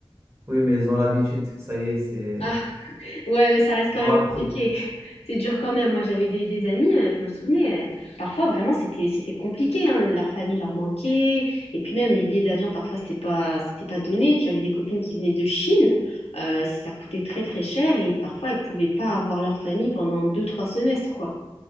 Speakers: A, on the right; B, on the left.
A: Oui, mais ils ont l'habitude, ça y est, c'est...
B: Ah ouais, mais ça reste
A: Ils
B: quand
A: l'ont
B: même
A: appris.
B: compliqué. <laughs> C'est dur quand même. Moi j'avais des, des amis, euh, je me souvenais, euh, parfois vraiment c'était c'était compliqué hein. Leur famille leur manquait et puis même les billets d'avion parfois c'était pas c'était pas donné. J'avais des copines qui venaient de Chine. Euh, ça coûtait très très cher et parfois elles pouvaient pas avoir leur famille pendant deux trois semestres quoi.